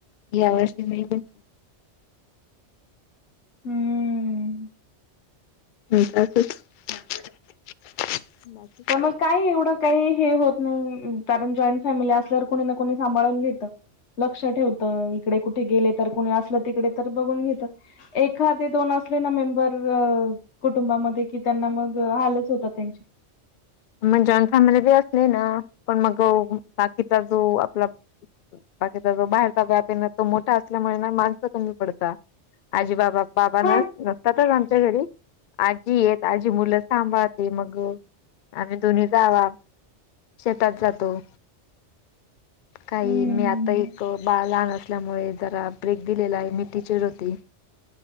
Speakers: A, on the left; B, on the left.
A: या वर्षी म
B: हम्म!
A: होय काकेत
B: <unintelligible>
A: <inaudible>
B: पण मग काही एवढं काही हे होत नाही कारण जॉईंट फॅमिली असल्यावर कोणी ना कोणी सांभाळून घेतं. लक्ष ठेवत इकडे कुठे गेले तर कुणी असलं तिकडे तर बघून घेत. एखादे दोन असले ना मेंबर अ कुटुंबामध्ये कि त्यांना मग हालच होतात त्यांची.
A: मण जॉईन फॅमिली बी असली ना पण मग बाकीचा जो आपला बाकीचा जो बाहेरचा व्याप येन तो मोठा असल्यामुळे ना माणसं कमी पडता आजी बाबा बाबान
B: हा
A: तसच आमच्या घरी आजी आहेत, आजी मुलं सांभाळते मग आम्ही दोन्ही जावा शेतात जातो. काही
B: हम्म
A: मी आता एक बाळ लहान असल्यामुळे जरा ब्रेक दिलेला आहे मी टीचेर होती.